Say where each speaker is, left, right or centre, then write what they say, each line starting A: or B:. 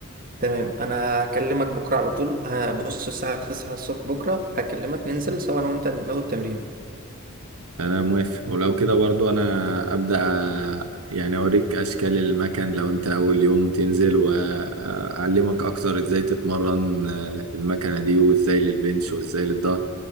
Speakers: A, on the right; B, on the right.
A: تمام انا هكلمك بكره على طول هبص الساعه 9 الصبح بكره هكلمك ننزل سوا انا وانت ناخد تمرين
B: انا موافق ولو كده برضو انا أبدأ أ- يعني اوريك اشكال المكان لو انت اول يوم تنزل واعلمك اكتر ازاي تتمرن آه، المكنة دي وازاي للبنش وازاي للظهر